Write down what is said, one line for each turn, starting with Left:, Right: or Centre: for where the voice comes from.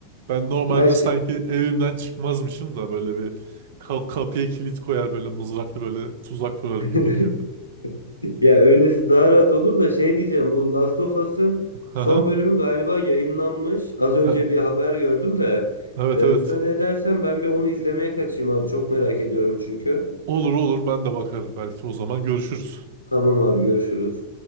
Right: Ben normalde
Left: Ya şey
Right: sanki evimden çıkmazmışım da böyle bir ka- kapıya kilit koyar böyle mızraklı böyle tuzak kurarım
Left: <laughs>
Right: gibi geliyor.
Left: Ya öylesi daha rahat olur da şey diyeceğim bu Last of Us'ın
Right: <laughs>
Left: son
Right: Aha.
Left: bölümü galiba yayınlanmış. Az önce
Right: E-
Left: bir haber gördüm de
Right: Evet
Left: e,
Right: evet.
Left: müsaade edersen ben bir onu izlemeye kaçayım abi çok merak ediyorum çünkü.
Right: Olur olur ben de bakarım belki o zaman görüşürüz.
Left: Tamam abi görüşürüz.